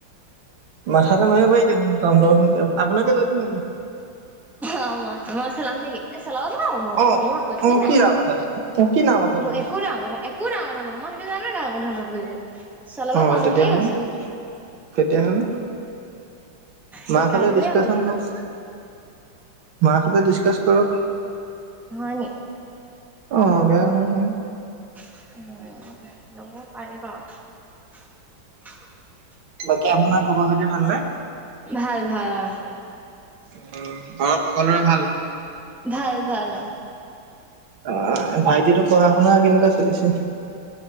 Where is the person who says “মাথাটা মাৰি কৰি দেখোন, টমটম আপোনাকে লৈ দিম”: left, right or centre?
Right